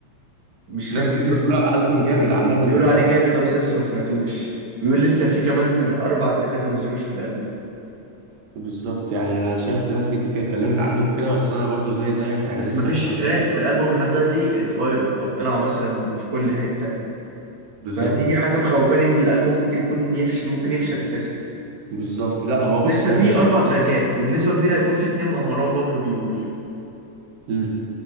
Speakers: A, on the right; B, on the right.
A: مش فاكر
B: ناس كتير بتقول على الألبوم جامد عامة
A: بيقولوا
B: بتاعه
A: عليه جامد أه بس أنا لسه ما سمعتوش بيقول لسه في كمان أربع تراكات ما نزلوش في الألبوم
B: بالظبط يعني انا شايف ناس كتير كانت اتكلمت عنه وكده بس انا برضو زي زيك يعني
A: بس
B: لسه
A: مفيش
B: ما سمعتوش
A: تراك في الالبوم لحد دلوقتي اتفايرل او طلع مثلا في كل حته
B: بالظبط
A: فدي حاجه مخوفاني ان الالبوم ممكن يكون يفشل ممكن يفشل اساسا
B: بالظبط لا هو
A: لسه
B: بص هو ما
A: في
B: فشلش
A: اربع تراكات وبنسبه كبيره هيكون في اتنين مع مروان بابلو بيقول
B: امم